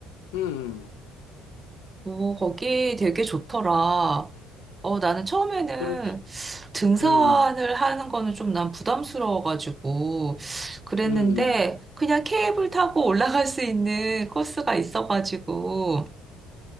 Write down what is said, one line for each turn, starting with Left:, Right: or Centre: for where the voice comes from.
Left: 음,
Right: 오, 거기 되게 좋더라. 어, 나는 처음에는
Left: 그렇죠.
Right: 등산을
Left: 음,
Right: 하는 거는 좀 난 부담스러워가지고 그랬는데
Left: 음.
Right: 그냥 케이블 타고 <laughs> 올라갈 수 있는 코스가 있어가지고